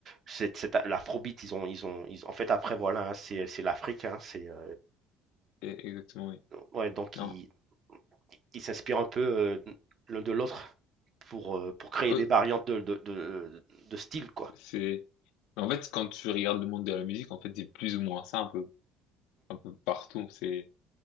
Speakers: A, on the right; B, on the left.
A: cette, cette- l'Afrobeat. Ils ont, ils ont, ils- en fait, après, voilà, hein, c'est, c'est l'Afrique. hein, c'est, euh,
B: e- exactement, oui.
A: ouais, donc,
B: Non,
A: ils, ils s'inspirent un peu euh, l'un de l'autre pour, euh, pour créer
B: eux,
A: des variantes de, de, de, de style, quoi.
B: c'est... En fait, quand tu regardes le monde de la musique, en fait, c'est plus ou moins ça, un peu, un peu partout. C'est,